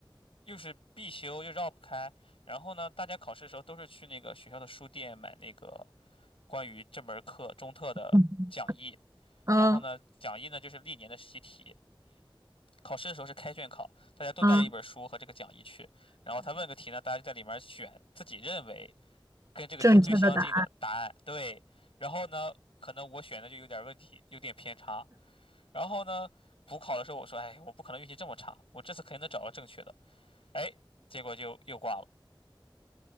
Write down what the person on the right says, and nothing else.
嗯嗯，
啊
正确的答